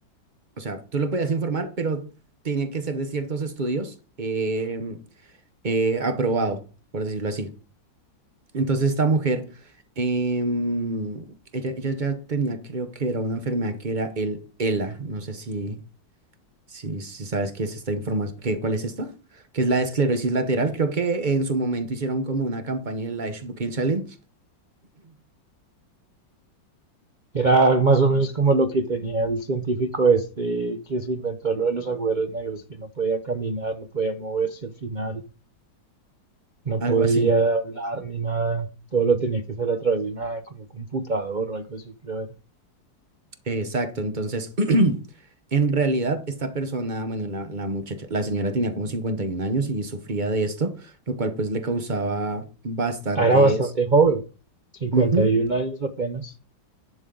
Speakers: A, on the right (about 40°); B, on the right (about 80°).
A: o sea, tú lo podías informar, pero tenía que ser de ciertos estudios em, eh, aprobado, por decirlo así. Entonces esta mujer, em, ella, ella ya tenía, creo que era una enfermedad que era el ELA, no sé si... Si, si sabes qué es esta información, ¿qué, cuál es esta? Que es la esclerosis lateral. Creo que en su momento hicieron como una campaña en la Ibuprofen Challenge,
B: Era más o menos como lo que tenía el científico este que se inventó lo de los agujeros negros, que no podía caminar, no podía moverse al final, no
A: algo
B: podía
A: así.
B: hablar ni nada. Todo lo tenía que hacer a través de una como computador o algo así, creo era.
A: Exacto. Entonces, <clears throat> en realidad, esta persona, bueno, la, la muchacha, la señora tenía como 51 años y sufría de esto, lo cual pues le causaba bastantes.
B: Ah, Era bastante joven, 51
A: ujú,
B: años apenas.